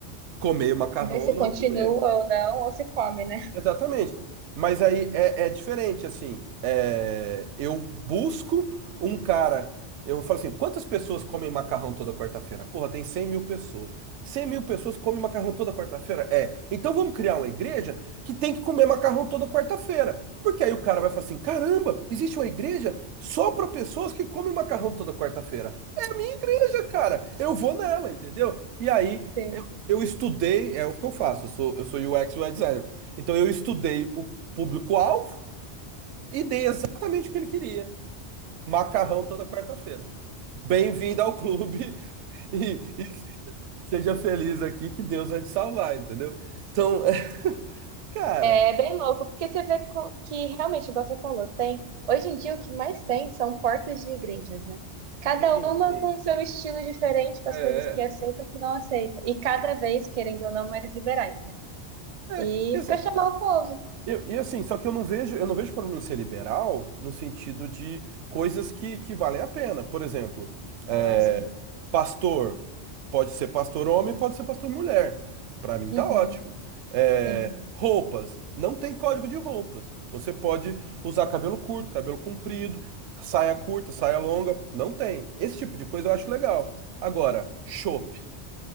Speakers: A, on the right; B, on the right.
A: comer macarrão
B: Ver
A: ou
B: se continua
A: não comer.
B: ou não, ou se come, né?
A: Exatamente. Mas aí é, é diferente, assim. É, eu busco um cara. Eu falo assim: quantas pessoas comem macarrão toda quarta-feira? Porra, tem 100 mil pessoas. cem mil pessoas comem macarrão toda quarta-feira? É. Então vamos criar uma igreja que tem que comer macarrão toda quarta-feira. Porque aí o cara vai falar assim: caramba, existe uma igreja só para pessoas que comem macarrão toda quarta-feira. É a minha igreja, cara. Eu vou nela, entendeu? E aí.
B: Sim.
A: Eu estudei, é o que eu faço, eu sou, eu sou UX e UI designer. Então eu estudei o público-alvo e dei exatamente o que ele queria. Macarrão toda quarta-feira. Bem-vindo ao clube <laughs> e, e seja feliz aqui que Deus vai te salvar, entendeu? Então, é, cara,
B: É bem louco, porque você vê co- que realmente, igual você falou, tem. Hoje em dia o que mais tem são portas de igrejas, né? Cada
A: Sim,
B: uma
A: sim.
B: com seu estilo diferente, com as
A: é,
B: coisas que aceita e o que não aceita. E cada vez, querendo ou não, mais liberais, né?
A: é,
B: E
A: é. isso-
B: para chamar o povo.
A: Eu- e assim, só que eu não vejo, eu não vejo problema em ser liberal no sentido de coisas que, que valem a pena. Por exemplo, é,
B: Ah, sim.
A: pastor pode ser pastor homem, pode ser pastor mulher. Pra mim
B: Uhum.
A: tá ótimo. É,
B: Sim.
A: roupas, não tem código de roupas. Você pode usar cabelo curto, cabelo comprido, saia curta, saia longa, não tem. Esse tipo de coisa eu acho legal. Agora, chopp.